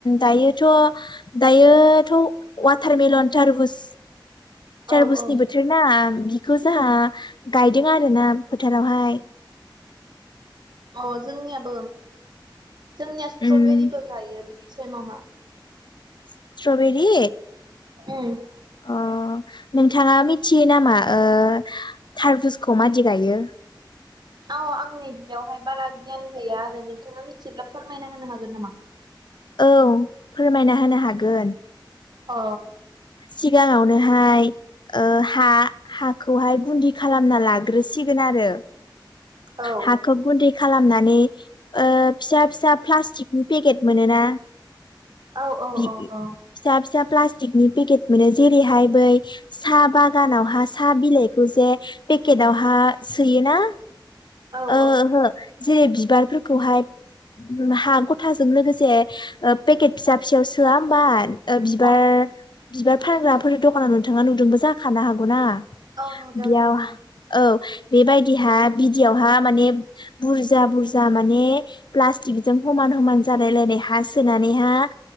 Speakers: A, on the left; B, on the right.
A: दायोथ दायोथ वाटारमेलन थार बुस। सार
B: औ
A: बुसनि
B: औ
A: बोथोर ना। बिखौ जोंहा गायदों आरो ना फोथारावहाय।
B: अ जोंनियाबो। जोंनिया स्ट्रबेरिबो
A: उम
B: गायो बि। बिसेमावहा
A: स्ट्रबेरि
B: उम
A: अ नोंथाङा मिथियो नामा मा ओ टारभुसखौ मादि गायो
B: औ आंनि बियावहाय बारा गियान गैया आरो नोंथांङा मिथिब्ला फोरमायना होनो हागोन नामा
A: औ फोरमायना होनो हागोन
B: अ
A: सिगाङावनो हाय ओ हा हाखौहाय गुनदि खालामना लाग्रोसिगोन आरो
B: औ
A: हाखो गुन्दै खालामनानै ओ फिसा फिसा प्लास्टिकनि पेकेट मोनोना
B: औ औ
A: बि
B: औ औ
A: फिसा फिसा प्लास्टिकनि पेकेट मोनो जेरैहाय बै साहा बागानावहा साहा बिलाइखौ जे पेकेटावहा सोयोना
B: औ
A: ओ
B: औ
A: ओहो जेरै बिबारफोरखौहाय हा गथाजों लोगोसे ओ पेकेट फिसा फिसायाव सोआ होमबा ओ बिबार
B: अ
A: बिबार फानग्राफोर दं फन नोंथाङा नुदोंबो जाखानो हागौना
B: औ नुदों
A: बेयाव
B: नुदों
A: औ बेबायदि बिहा बिदि गुदियावहा माने बुरजा बुरजा माने प्लाटिक जों समान समान जालाय लायनाय हा सोनानै हा